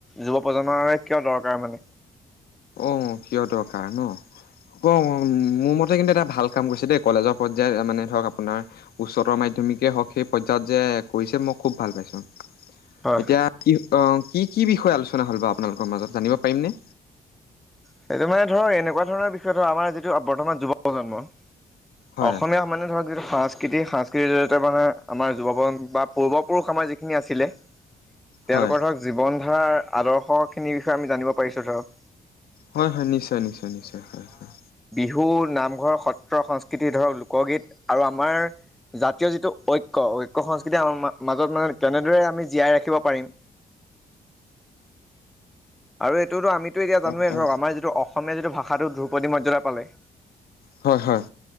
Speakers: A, in the centre; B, on the left.
A: যুৱ প্ৰজন্মৰে কিয় দৰকাৰ মানে?
B: অ', কিয় দৰকাৰ ন? অ', মোৰ মতে কিন্তু এটা ভাল কাম কৰিছে দেই কলেজৰ পৰ্যায়ত মানে ধৰক আপোনাৰ উচ্চতৰ মাধ্যমিকেই হওক সেই পৰ্যায়ত যে কৰিছে মই খুব ভাল পাইছোঁ।
A: হয়
B: এতিয়া কি অ কি কি বিষয়ে আলোচনা হ'ল বা আপোনালোকৰ মাজত জানিব পাৰিমনে?
A: সেইটো মানে ধৰক এনেকুৱা ধৰণৰ বিষয় ধৰক আমাৰ যিটো বৰ্তমান যুৱ প্ৰজন্ম
B: হয়
A: অসমীয়া মানে ধৰক যিটো সংস্ক প্ৰকৃতিক স-সংস্কৃতিৰ জৰিয়তে মানে আমাৰ যুৱ বা পূৰ্বপুৰুষ আমাৰ যিখিনি আছিলে তেওঁলোকৰ
B: হয়
A: ধৰক জীৱন ধাৰ আদৰ্শখিনিৰ বিষয়ে আমি জানিব পাৰিছোঁ ধৰক।
B: হয় হয় নিশ্চয় নিশ্চয় নিশ্চয় হয় হয়।
A: ধু নামঘৰ সত্ৰ সংস্ক কৃতি ধৰক লোকগীত আৰু আমাৰ জাতীয় যিটো ঐক্য ঐক্য সংস্কৃতি আমাৰ মাজত মানে কেনেদৰে আমি জীয়াই ৰাখিব পাৰিম আৰু এইটোতো আমি এতিয়া জানোৱেই
B: অ অ
A: ধৰক আমাৰ যিটো অসম অসমীয়া যিটো ভাষাটো ধ্ৰুপদী মৰ্যাদা পালে
B: হয় হয়।